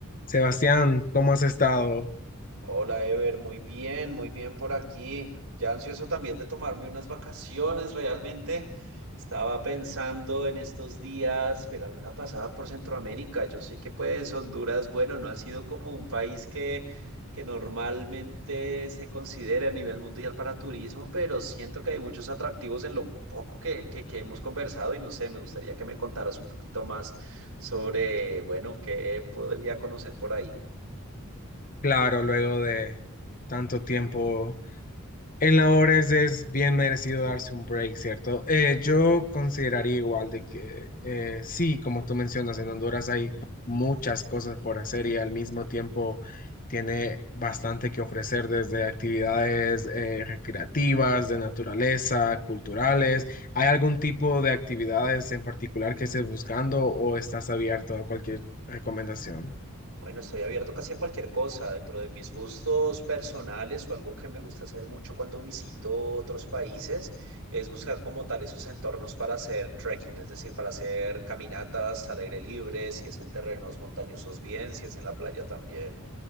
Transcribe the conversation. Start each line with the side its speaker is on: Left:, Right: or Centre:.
Left: Sebastián, ¿cómo has estado?
Right: Hola Ever, muy bien, muy bien por aquí. Ya ansioso también de tomarme unas vacaciones, realmente. Estaba pensando en estos días pegarme una pasada por Centroamérica. Yo sé que pues Honduras, bueno, no ha sido como un país que, que normalmente se considere a nivel mundial para turismo, pero siento que hay muchos atractivos en lo poco que, que, que hemos conversado y no sé, me gustaría que me contaras un poquito más sobre, bueno, qué podría conocer por ahí.
Left: Claro, luego de tanto tiempo en labores es bien merecido darse un break, ¿cierto? Eh, yo consideraría igual de que eh, sí, como tú mencionas, en Honduras hay muchas cosas por hacer y al mismo tiempo tiene bastante que ofrecer desde actividades eh, recreativas, de naturaleza, culturales. ¿Hay algún tipo de actividades en particular que estés buscando o estás abierto a cualquier recomendación?
Right: Bueno, estoy abierto casi a cualquier cosa. Dentro de mis gustos personales o algo que me gusta hacer mucho cuando visito otros países es buscar como tal esos entornos para hacer trekking, es decir, para hacer caminatas al aire libre, si es en terrenos montañosos bien, si es en la playa también.